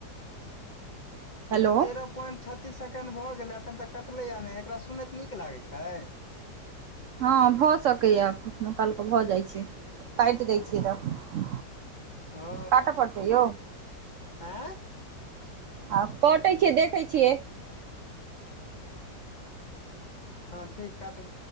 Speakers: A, on the right; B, on the left.
A: हेलो
B: ई तऽ तेरह पोइंट छत्तीस सेकेंड भए गेले अखन तऽ कटले आ ने एकरा सुनैत नीक लागे छै
A: हँ भऽ सकैया कखनो कालके भऽ जाइ छै काइट दैत छियै तऽ
B: ओ
A: काटऽ पड़तै यौ
B: आँय
A: आ कटै छियै देखैत छियै
B: हँ ठीक काटू